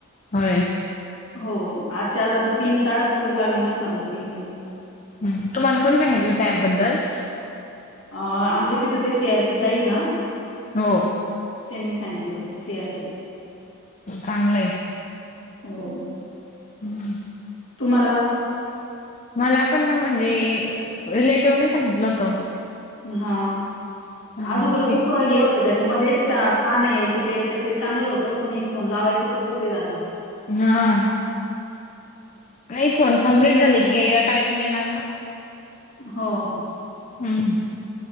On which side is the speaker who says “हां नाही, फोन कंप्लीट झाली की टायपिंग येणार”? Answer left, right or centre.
Left